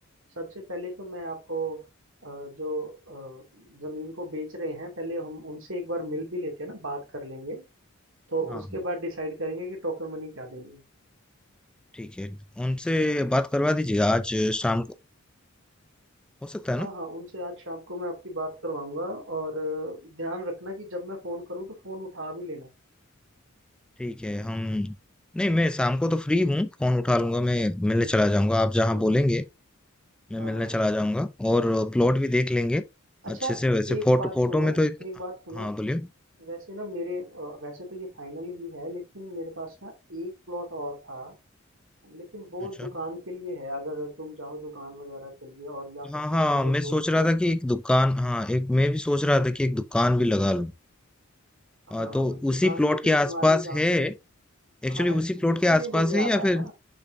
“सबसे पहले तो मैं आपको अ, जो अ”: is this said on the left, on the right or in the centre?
Right